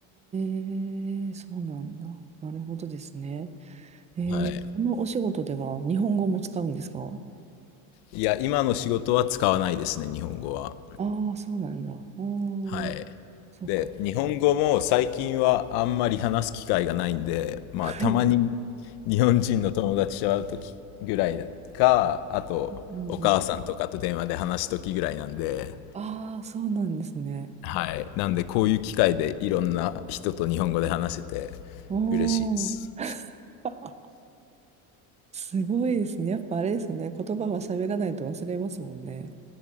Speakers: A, on the right; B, on the left.
A: へえ、そうなんだ。なるほどですね。えー、
B: はい。
A: そのお仕事では日本語も使うんですか
B: いや、今の仕事は使わないですね、日本語は。
A: ああ、そうなんだ。おー、
B: はい。
A: そうか。
B: で、日本語も最近はあんまり話す機会がないんで、まあ、
A: <laughs>
B: たまに日本人の友達と会う時ぐらいか、あと、
A: うんうん、
B: お母さんとかと電話で話す時ぐらいなんで、
A: ああ、そうなんですね。
B: はい。なんで、こういう機会でいろんな人と日本語で話せて
A: おー、
B: 嬉しいです。
A: <laughs> すごいですね。やっぱあれですよね。言葉は喋らないと忘れますもんね。